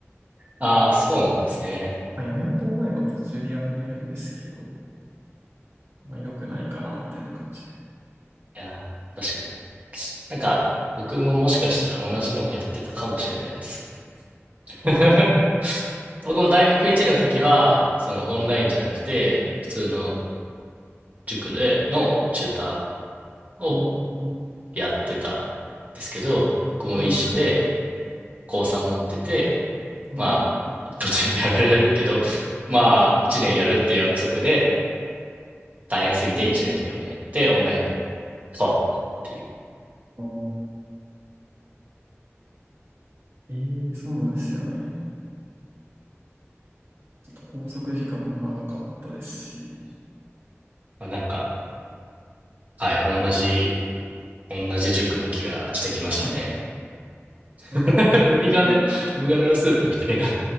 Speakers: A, on the right; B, on the right.
A: ああ、そうなんですね。
B: まあ辞めようと思えば途中で辞めれるんですけど、まあ良くないかな、みたいな感じで。
A: いや、確かに。なんか、僕ももしかしたら同じのをやってたかもしれないです。<laughs>
B: ああ、はい。
A: 僕も大学1年の時は、そのオンラインじゃなくて、普通の塾でのチューターを
B: ああ、は
A: やってたんですけど、僕も一緒で、
B: い、
A: 高3持ってて、
B: はい。
A: まあ、途中で辞められるけど、<laughs> まあ、1年やるっていう約束で、大変すぎて1年で辞めて、
B: あー
A: オンラインに変わったっていう。
B: あーええそうなんですよね。ちょっと拘束時間も長かったですし、
A: まあ、なんか、はい、同じ、同じ塾の気がしてきましたね。
B: はいなんか、
A: <laughs> ウミガメ、
B: もう、
A: ウミガメのスープみたいな。